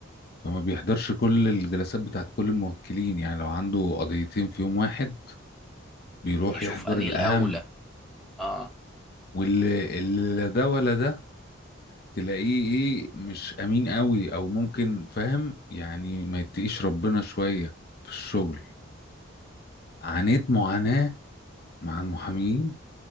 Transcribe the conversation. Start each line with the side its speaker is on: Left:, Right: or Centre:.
Left: فما بيحضرش كل الجلسات بتاعت كل الموكلين يعني لو عنده قضيتين في يوم واحد بيروح
Centre: يشوف
Left: يحضر
Centre: انهي
Left: الأهم
Centre: الاولى اه
Left: واللي اللي لا ده ولا ده تلاقيه ايه مش أمين قوي أو ممكن فاهم يعني ما يتقيش ربنا شوية في الشغل عانيت معاناة مع المحامين